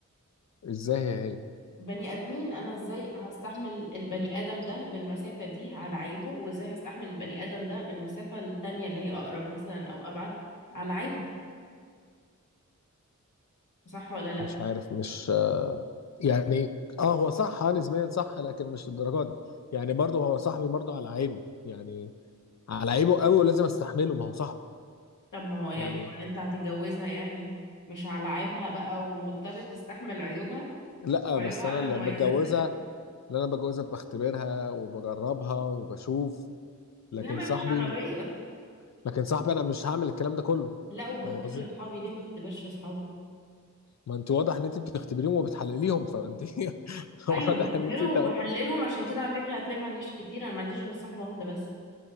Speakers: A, on the left; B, on the left.
A: ازاي هي هي
B: بني ادمين انا ازاي هستحمل البني ادم ده بالمسافه دي على عيبه وازاي هستحمل البني ادم ده بالمسافه التانية اللي هي اقرب مثلا او ابعد على عيبه صح ولا لا
A: مش عارف مش يعني اه هو صح آه، نسبيا صح لكن مش الدرجه دي يعني برضه هو صاحبي برضه على عيبه يعني على عيبه قوي ولازم استحمله ما هو صاحبي
B: طب ما هو يعني
A: يعني
B: هو اللي انت هتتجوزها يعني مش على عيبها بقى ومضطر تستحمل عيوبها
A: لا
B: وعيوبها
A: بس انا
B: قبل
A: اللي
B: مميزاتها
A: بتجوزها اللي انا بتجوزها بختبرها وبجربها وبشوف لكن
B: لا ما
A: صاحبي
B: هي مش عربيه
A: لكن صاحبي انا مش هعمل الكلام ده كله
B: لا وبختبر
A: فاهم قصدي
B: اصحابي ليه ما اختبرش اصحابي
A: ما انت واضح ان انت بتختبريهم وبتحلليهم فانت <laughs>
B: ايوه
A: واضح
B: بختبرهم
A: ان انت تعبت
B: بحللهم عشان كده على فكره هتلاقي ما عنديش كتير انا ما عنديش غير صاحبه واحده بس